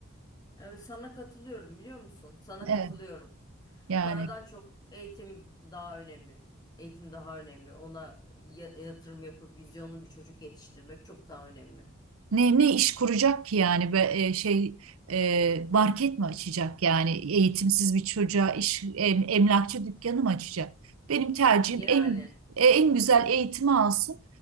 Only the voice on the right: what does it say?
Evet.
Yani.
Ne, ne iş kuracak ki yani be, e, şey e, market mi açacak yani eğitimsiz bir çocuğa iş em- emlakçı dükkanı mı açacak? Benim tercihim
en e, en güzel eğitimi alsın